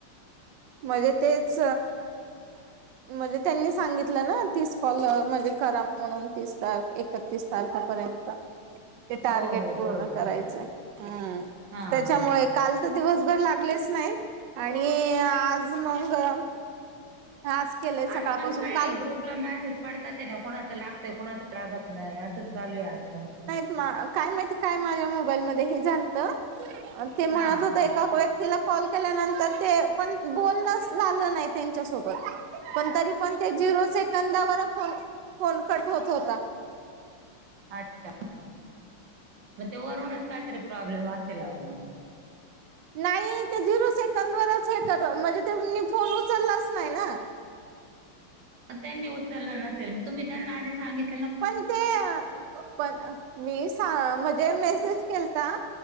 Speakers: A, on the right; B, on the right.
A: म्हणजे तेच म्हणजे त्यांनी सांगितलं ना तीस कॉल अं म्हणजे करा म्हणून तीस, एकतीस तारखेपर्यंत.
B: <inaudible>
A: ते टार्गेट
B: हो
A: पूर्ण
B: बरोबर
A: करायचं हम्
B: हा
A: त्याच्यामुळे
B: हा
A: काल तर दिवसभर लागलेच नाहीत आणि आज मगं आज
B: आज पण काय
A: काल
B: ग्रुपला मेसेज पडतात आहे ना, कुणाचा लागतोय कुणाचा लागत नाही असंच चालू आहे आज पण,
A: म काय माहिती काय माझ्या मोबाईलमध्ये हे झालत आणि ते म्हणत
B: हा
A: होत ते एका व्यक्तीला कॉल केल्यानंतर ते पण बोलणचं झालं नाही ते च्या सोबत, पण तरी पण ते झिरो सेकंदावर फोन फोन कट होत होता.
B: अच्छा मग ते वरूनच कायतरी प्रॉब्लेम असेल आहो मग,
A: नाही ते झिरो सेकंदवरच हे कट होत, म्हणजे तेनी फोन उचललाच नाही ना.
B: त्यांनी उचलला नसेल मग तुम्ही त्यांना आधी सांगित
A: पण ते अं पण मी सा म्हणजे मेसेज केलता